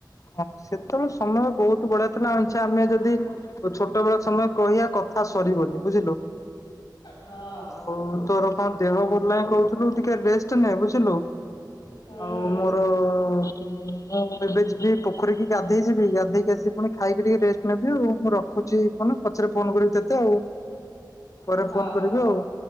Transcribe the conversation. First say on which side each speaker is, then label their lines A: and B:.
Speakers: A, on the left (about 45°); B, on the left (about 70°).
A: ହଁ ସେତେବେଳେ ସମୟ ବହୁତ ବଢିଆ ଥିଲା ଉଁଚ୍ଛା ଆମେ ଯଦି ତୁ ଛୋଟ ବେଳ ସମୟ କହିବା କଥା ସରିିବନି ବୁଝିଲୁ।
B: ହଁ
A: ଆଉ ତୋର କଣ ଦେହ ଭଲ ନାହିଁ କହୁଥିଲୁ ଟିକେ ରେଷ୍ଟ ନେ ବୁଝିଲୁ
B: ହୁଁ
A: ଆଉ ପ୍ର ତ ମୁଁ ଏବେ ଯିବି। ପୋଖରୀ କି ଗାଧେଇ ଯିବି ଗାଧେଇକି ଆସି ପୁଣି ଖାଇକି ଟିକେ ରେଷ୍ଟ ନେବି ଆଉ ମୁଁ ରଖୁଚି। ହ ନା ପଛରେ ଫୋନ କରିବି ତତେ ଆଉ। ପରେ
B: ହଉ
A: ଫୋନ କରିବି
B: ହଉ
A: ଆଉ